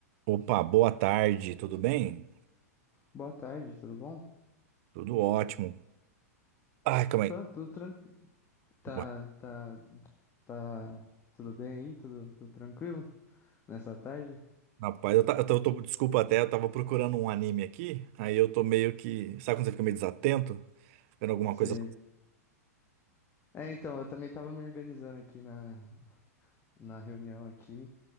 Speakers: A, on the right; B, on the left.
A: Opa, boa tarde, tudo bem?
B: Boa tarde, tudo bom?
A: Tudo ótimo. Ai, calma
B: Tá
A: aí.
B: tudo tranquilo. Tá,
A: Boa-
B: tá, tá tudo bem aí? Tudo, tudo tranquilo nessa tarde?
A: Rapaz, eu, ta- eu, tô, eu tô- desculpa até, eu tava procurando um anime aqui, aí eu tô meio que. Sabe quando você fica meio desatento? Vendo alguma
B: Sei.
A: coisa,
B: É, então, eu também tava me organizando aqui na, na reunião aqui.